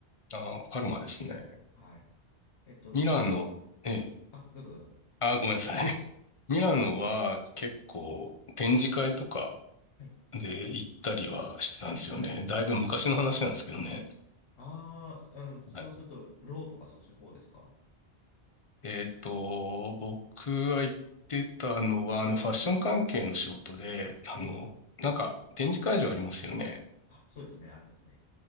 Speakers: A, on the left; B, on the left.
A: ああ、パルマですね。
B: はい。えっと、
A: ミラノ、
B: しょ、
A: ええ、
B: あ、どうぞどうぞ。
A: ああ、ごめんなさい。<laughs> ミラノは結構展示会とか
B: はい。
A: で行ったりはしてたんですよね。だいぶ昔の話なんですけどね。
B: ああ、あの、そうすると、
A: はい
B: ローとかそっちの方ですか
A: えっと、僕は行ってたのは、あの、ファッション関係の仕事で、あの、
B: あ
A: なんか、展示会場ありますよね。
B: ーあ、そうですね、ありますね。